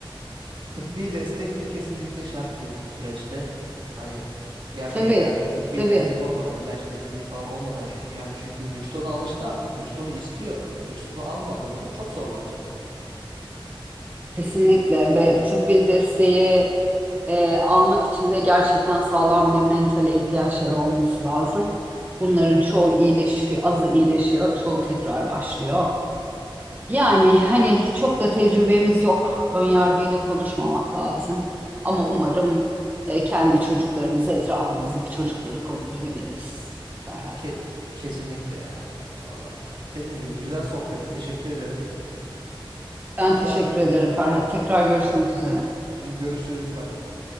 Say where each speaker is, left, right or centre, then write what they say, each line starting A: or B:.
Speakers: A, on the right (about 60°); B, on the right (about 20°).
A: Tıbbi destek de kesinlikle şart bu süreçte. Hani gerçekten
B: Tabii,
A: tıbbi
B: tabii.
A: destek olmadan, ilaç desteği falan olmadan çünkü hani çünkü vücut ona alıştı artık. Vücut onu istiyor. Vücut onu almadığında çok zorlanacak.
B: Kesinlikle ve tıbbi desteği e, almak için de gerçekten sağlam bir mentale ihtiyaçları olması lazım. Bunların çoğu iyileşiyor, azı iyileşiyor, çoğu tekrar başlıyor. Yani hani çok da tecrübemiz yok. Önyargıyla konuşmamak lazım. Ama umarım e, kendi çocuklarımızı, etrafımızdaki çocukları koruyabiliriz Ferhat.
A: Ke- kesinlikle ya. Valla. Dediğin gibi güzel sohbeti teşekkür ederim.
B: Ben
A: Ben
B: teşekkür ederim Ferhat. Tekrar görüşmek üzere.
A: Hadi görüşürüz. Bay bay.